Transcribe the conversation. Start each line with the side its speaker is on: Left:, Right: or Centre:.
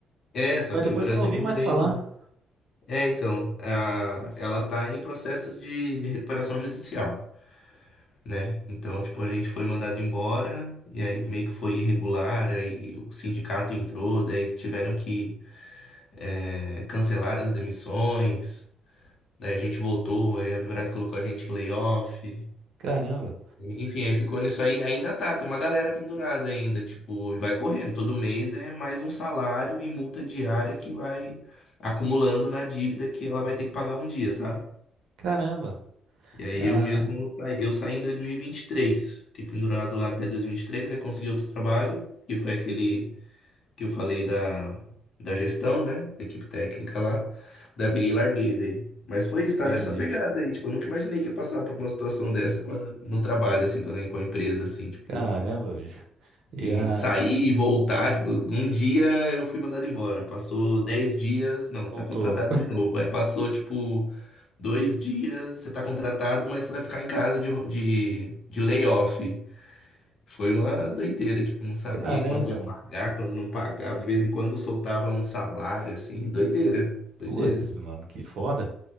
Left: É, só
Right: Mas
Left: que
Right: depois
Left: o Brasil
Right: eu não ouvi
Left: não
Right: mais
Left: vende,
Right: falar.
Left: né? É, então, a, ela tá em processo de recuperação judicial, né? Então, tipo, a gente foi mandado embora, e aí meio que foi irregular, aí o sindicato entrou, daí tiveram que é, cancelar as demissões, daí a gente voltou, aí a Vibraz colocou a gente em layoff.
Right: Caramba,
Left: Enfim, aí ficou nisso aí, ainda tá, tem uma galera pendurada ainda, tipo, e vai correndo, todo mês é mais um salário e multa diária que vai acumulando na dívida que ela vai ter que pagar um dia, sabe?
Right: caramba.
Left: E aí
Right: Ah,
Left: eu mesmo saí, eu saí em 2023, fiquei pendurado lá até 2023, aí consegui outro trabalho, que foi aquele que eu falei da, da gestão, né, da equipe técnica lá, daí eu peguei e larguei daí. Mas foi isso, tá
Right: entendi.
Left: nessa pegada aí, tipo, eu nunca imaginei que ia passar por uma situação dessa com a- no trabalho, assim, com a, com a empresa, assim, tipo...
Right: Caramba, bicho. E
Left: E
Right: a...
Left: sair e voltar, tipo, um dia eu fui mandado embora. Passou 10 dias, não, você
Right: Voltou.
Left: tá contratado de novo. Aí passou, tipo, dois dias, você tá contratado, mas você vai ficar em casa de, de, de layoff. Foi uma doideira, tipo, não sabia
Right: Caramba,
Left: quando ia pagar,
Right: mano.
Left: quando não pagava. De vez em quando soltava um salário, assim, doideira, doideira.
Right: Putz, mano, que foda.